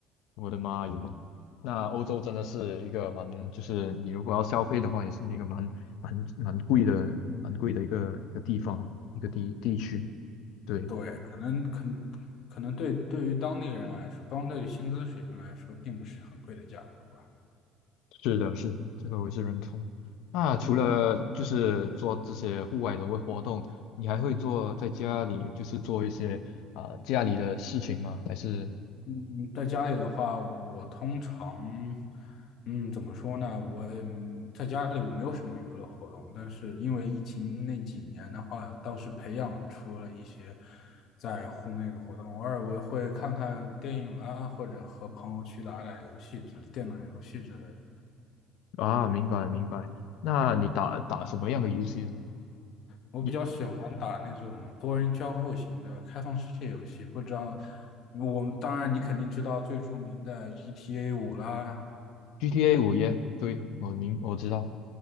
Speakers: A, on the left (about 70°); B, on the left (about 45°).
A: 我的妈耶！那欧洲真的是一个蛮，就是你如果要消费的话，也是一个蛮蛮蛮贵的、蛮贵的一个一个地方、一个地地区。
B: 嗯，
A: 对，
B: 对，可能可能可能对对于当地人来说，当地的薪资水平来说，并不是很贵的价格吧。
A: 是的，是的，这个我也是认同。那除了就是做这些户外的活活动，你还会做在家里，就是做一些啊、家里的事情吗？还是
B: 嗯，在家里的话，我通常，嗯，怎么说呢？我也在家里我没有什么娱乐活动，但是因为疫情那几年的话，倒是培养出了一些在户内的活动。偶尔我会看看电影啦，或者和朋友去打打游戏之电脑游戏之类的。
A: 啊，明白明白。那你打打什么样的游戏呢？
B: 我比较喜欢打那种多人交互型的开放世界游戏，
A: 你
B: 不知道我们当然你肯定知道最著名的 GTA 五啦，
A: GTA 五耶？对，我明我知道。